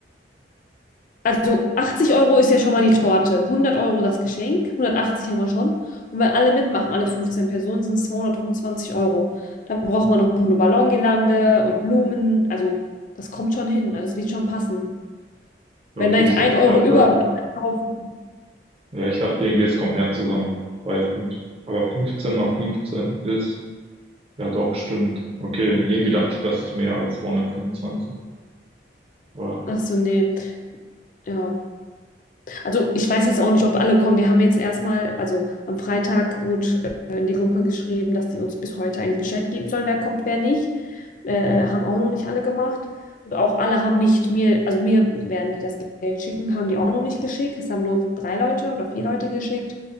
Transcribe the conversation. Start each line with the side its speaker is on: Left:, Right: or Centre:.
Left: Also 80 Euro ist ja schon mal die Torte, 100 Euro das Geschenk, 180 haben wir schon. Und wenn alle mitmachen, alle 15 Personen, sind es 225 Euro. Dann braucht man noch eine Ballongirlande und Blumen. Also das kommt schon hin, also das wird schon passen.
Right: Okay,
Left: Wenn da jetzt
Right: stimmt.
Left: ein
Right: Ich
Left: Euro
Right: dachte,
Left: überbleibt, dann kaufen.
Right: ja, ich dachte irgendwie, es kommt mehr zusammen. Bei fünf, aber 15 mal 15 ist Ja, doch, stimmt. Okay, irgendwie dachte ich, das ist mehr als 225. Aber
Left: Ach so, nee. Ja. Also ich weiß jetzt auch nicht, ob alle kommen. Wir haben jetzt erstmal, also am Freitag wurde äh, in die Gruppe geschrieben, dass die uns bis heute eigentlich Bescheid geben sollen, wer kommt, wer nicht. äh, haben auch noch nicht alle gemacht. Und auch alle haben nicht mir, also mir werden die das Geld schicken, haben die auch noch nicht geschickt. Es haben nur drei Leute oder vier Leute geschickt.